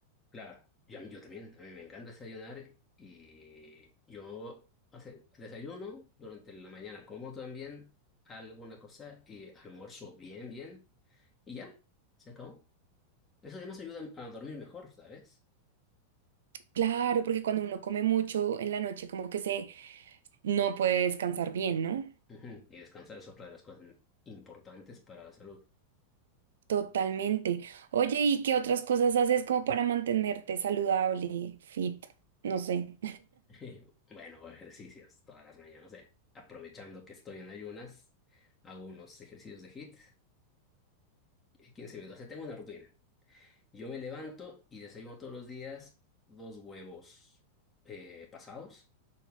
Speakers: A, on the left; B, on the right.
A: claro. Y a mí- yo también, a mí me encanta desayunar y yo o sea, desayuno durante la mañana, como también alguna cosa y almuerzo bien, bien. Y ya, se acabó. Eso además ayuda a dormir mejor, ¿sabes?
B: Claro, porque cuando uno come mucho en la noche, como que se no puede descansar bien, ¿no?
A: Ujú, Y descansar es otra de las cosas importantes para la salud.
B: Totalmente. Oye, ¿y qué otras cosas haces como para mantenerte saludable, fit? No sé.
A: <laughs> Bueno, hago ejercicios todas las mañanas. eh. Aprovechando que estoy en ayunas, hago unos ejercicios de HIIT, eh, 15 minutos. O sea, tengo una rutina. Yo me levanto y desayuno todos los días dos huevos eh, pasados